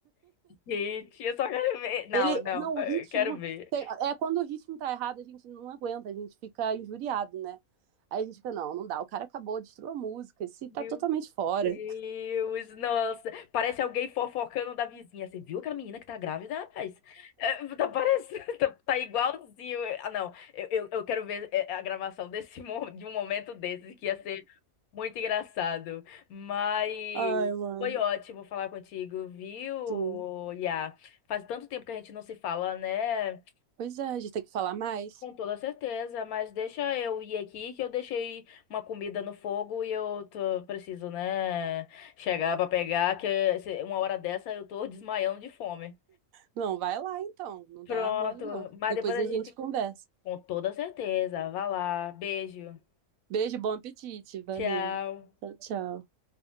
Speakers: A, on the left; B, on the right.
A: Gente, eu só quero ver. Não,
B: Ele,
A: não,
B: não,
A: eu
B: o ritmo
A: quero ver.
B: tem- é quando o ritmo tá errado, a gente não aguenta, a gente fica injuriado, né? Aí a gente fica, não, não dá, o cara acabou, destruiu a música, esse
A: Meu
B: tá totalmente fora.
A: Deus, nossa. Parece alguém fofocando da vizinha. Você viu aquela menina que tá grávida, rapaz? É, tá parecendo, <laughs> tá, tá igualzinho. Ah, não, eu, eu, eu quero ver é, a gravação desse, mo- de um momento desses, que ia ser muito engraçado. Mas
B: Ai, mano,
A: foi ótimo falar contigo, viu,
B: sim.
A: Iá? Faz tanto tempo que a gente não se fala, né?
B: Pois é, a gente tem que falar mais.
A: Com toda certeza, mas deixa eu ir aqui que eu deixei uma comida no fogo e eu tô- preciso, né, chegar pra pegar, que se- uma hora dessa eu tô <laughs> desmaiando de fome.
B: Não, vai lá então, não
A: Pronto,
B: dá mole não.
A: mas
B: Depois
A: depois a
B: a
A: gente,
B: gente conversa.
A: com toda certeza, vai lá, beijo,
B: Beijo, bom apetite, valeu.
A: tchau.
B: Tchau, tchau.